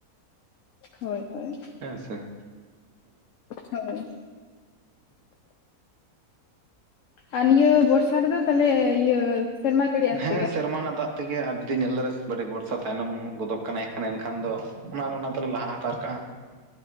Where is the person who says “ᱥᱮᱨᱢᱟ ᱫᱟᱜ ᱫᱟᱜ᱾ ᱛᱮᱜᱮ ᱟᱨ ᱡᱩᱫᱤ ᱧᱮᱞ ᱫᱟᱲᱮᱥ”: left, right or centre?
Right